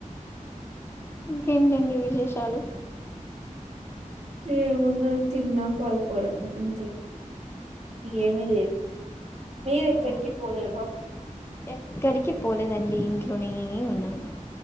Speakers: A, on the left; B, on the right.
A: ఇంకేంటండి విశేషాలు
B: ఏందు తిన్నాం పడుకోడం అంతే ఏమి లేదు మీరు ఎక్కడికి
A: ఆ
B: పోలేదా
A: ఎక్కడికి పోలేదండి ఇంట్లోనే ఉన్నాను